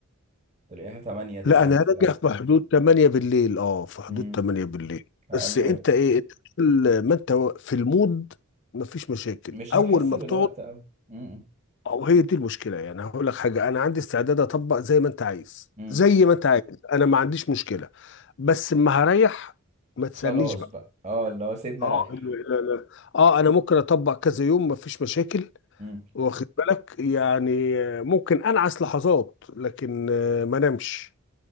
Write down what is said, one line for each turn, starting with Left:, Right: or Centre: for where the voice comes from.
Right: تلاقيها تمانية تسعة
Left: لا انا
Right: مستريح
Left: راجع في حدود 8 بالليل اه في حدود
Right: امم
Left: 8 بالليل
Right: أقل
Left: بس انت
Right: وجه
Left: ايه انت كل ما انت في المود مفيش مشاكل
Right: مش
Left: اول
Right: هتحس
Left: ما
Right: بالوقت
Left: بتقعد
Right: أوي امم
Left: او هي دي المشكله يعني هقول لك حاجه انا عندي استعداد اطبق زي ما انت عايز
Right: امم
Left: زي ما انت عايز انا ما عنديش مشكله بس اما هريح ما تسالنيش
Right: خلاص
Left: بقى
Right: بقى اه اللي هو سيبنا
Left: اه
Right: ريح
Left: لا لا لا. اه انا ممكن اطبق كذا يوم مفيش مشاكل
Right: <laughs> امم
Left: واخد بالك يعني ممكن انعس لحظات لكن آه، ما نمش